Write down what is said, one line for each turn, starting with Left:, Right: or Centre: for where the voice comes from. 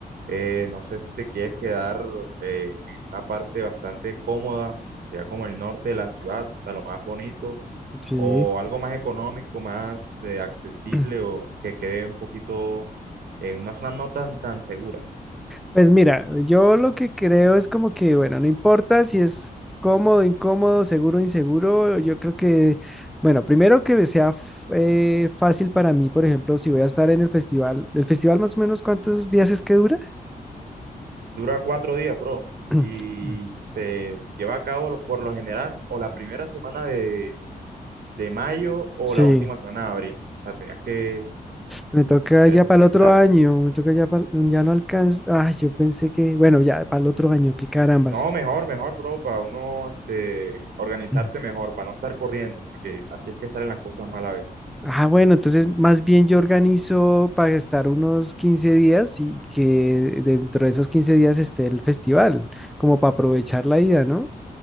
Right: eh, no sé si te quieres quedar eh, en una parte bastante cómoda, ya como el norte de la ciudad, hasta lo más bonito,
Centre: Sí.
Right: o algo más económico, más eh, accesible,
Centre: <clears throat>
Right: o que quede un poquito en una zona no tan, tan segura.
Centre: Pues mira, yo lo que creo es como que, bueno, no importa si es cómodo, incómodo, seguro, inseguro, yo creo que, bueno, primero que sea f- eh, fácil para mí, por ejemplo, si voy a estar en el festival, ¿el festival más o menos cuántos días es que dura?
Right: Dura cuatro días, bro
Centre: <clears throat>
Right: y se lleva a cabo lo- por lo general o la primera semana de, de mayo o
Centre: Sí,
Right: la última semana de abril. O sea, tenías que
Centre: me toca
Right: presupuestar.
Centre: ya para el otro año, me toca ya para, ya no alcanza, ay, yo pensé que, bueno, ya para el otro año, qué carambas.
Right: No, mejor, mejor, bro, para uno este, organizarse
Centre: <clears throat>
Right: mejor, para no estar corriendo, porque así es que salen las cosas mal a veces.
Centre: Ah, bueno, entonces más bien yo organizo para estar unos 15 días y que dentro de esos 15 días esté el festival, como para aprovechar la ida, ¿no?